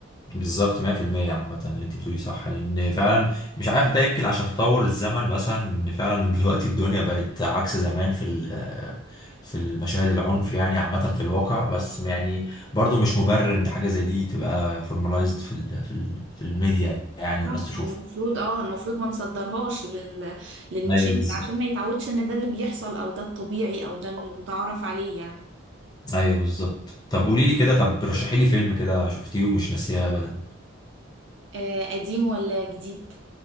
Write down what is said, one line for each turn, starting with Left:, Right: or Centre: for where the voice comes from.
Left: بالظبط 100% عامة اللي انت بتقوليه صح لان فعلا مش عارف ده يمكن عشان تطور الزمن مثلا ان فعلا دلوقتي الدنيا بقت عكس زمان في ال- آه، في المشاهد العنف يعني عامة في الواقع بس يعني برضو مش مبرر ان حاجة زي دي تبقى فورماليزد في ال في ال في الميديا يعني والناس
Right: صح
Left: تشوفها
Right: المفروض اه المفروض ما نصدرهاش لل... للمشاهد
Left: ايوه بالظبط
Right: عشان ما يتعودش ان ده اللي بيحصل او ده الطبيعي او ده اللي متعارف عليه يعني
Left: ايوه بالظبط طب قولي لي كده طب رشحي لي فيلم كده شفتيه ومش ناسيه ابدا
Right: آه قديم ولا جديد